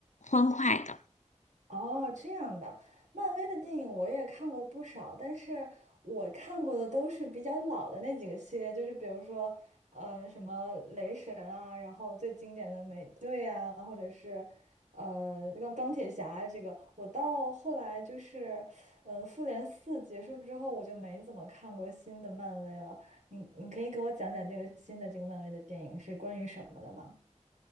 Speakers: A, on the left; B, on the right.
A: 欢快的。
B: 哦，这样的，漫威的电影我也看过不少，但是我看过的都是比较老的那几个系列，就是比如说，呃，什么雷神啊，然后最经典的美队啊，或者是，呃，钢钢铁侠啊这个，我到后来就是，呃，复联四结束之后，我就没怎么看过新的漫威了。你你可以给我讲讲这个新的这个漫威的电影是关于什么的吗？